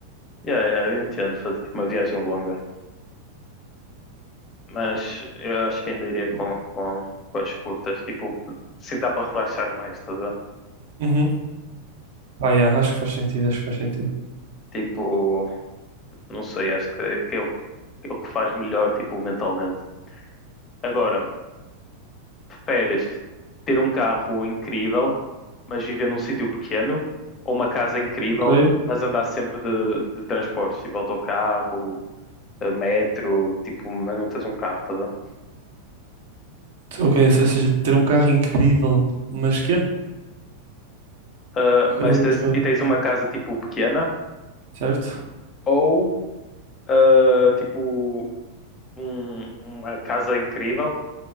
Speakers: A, on the left; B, on the right.
A: Yeah, yeah, eu entendo, fazer, tipo, uma viagem longa. Mas eu acho que ainda iria com, com, com as curtas, tipo, se dá para relaxar mais, estás a ver?
B: Uhum. Pá, yeah, acho que faz sentido, acho que faz sentido.
A: Tipo, não sei, acho que, que é o, é o que faz melhor, tipo, mentalmente. Agora, preferes ter um carro incrível, mas viver num sítio pequeno, ou uma casa incrível,
B: Ok,
A: mas andar sempre de, de transportes, tipo autocarro, eh, metro, tipo, mas não tens um carro, estás a ver?
B: ok, ou seja, ter um carro incrível, mas que é?
A: Ah, mas
B: Carro
A: tens,
B: de escape,
A: e tens
B: tá.
A: uma casa, tipo, pequena,
B: Certo?
A: ou, ah, tipo um- uma casa incrível,